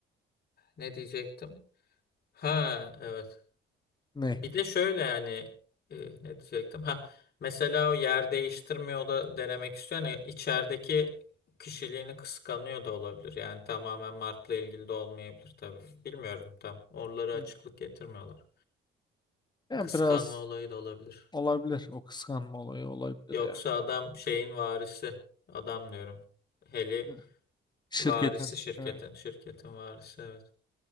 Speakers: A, on the left (about 55°); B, on the left (about 20°).
A: ne diyecektim? Ha evet.
B: ne?
A: Bir de şöyle yani e, ne diyecektim? Ha mesela o yer değiştirmiyor da denemek istiyor. Yani içerideki kişiliğini kıskanıyor da olabilir. Yani tamamen markla ilgili de olmayabilir tabii. Bilmiyorum tam. Oraları
B: Hı.
A: açıklık getirmiyorlar.
B: Ya
A: Kıskanma
B: biraz
A: olayı da olabilir.
B: Olabilir. O kıskanma olayı olabilir
A: Yoksa
B: yani.
A: adam şeyin varisi. Adam diyorum. Heli
B: Evet. Şirketin.
A: varisi şirketin.
B: Evet.
A: Şirketin varisi evet.